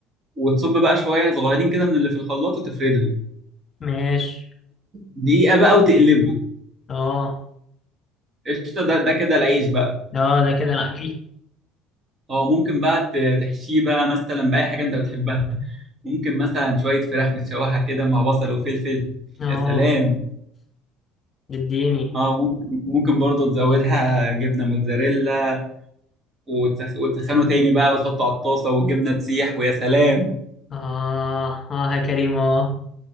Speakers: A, on the right; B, on the left.
A: وتصب بقى شويه صغيرين كده من اللي في الخلاط وتفردهم
B: ماشي
A: دقيقه بقى وتقلبه
B: اه
A: قشطه ده ده كده العيش بقى
B: اه ده كده العجين
A: اه ممكن بقى ت- تحشيه بقى مثلا بأي حاجة انت بتحبها ممكن مثلا شوية فراخ متشوحة كده مع بصل وفلفل
B: اه
A: يا سلام
B: اديني
A: اه ممكن ممكن برضه تزودها جبنة موتزاريلا وتسخ- وتسخنه تاني بقى وتحطه على الطاسة والجبنة تسيح ويا سلام
B: اه اه يا كريم اه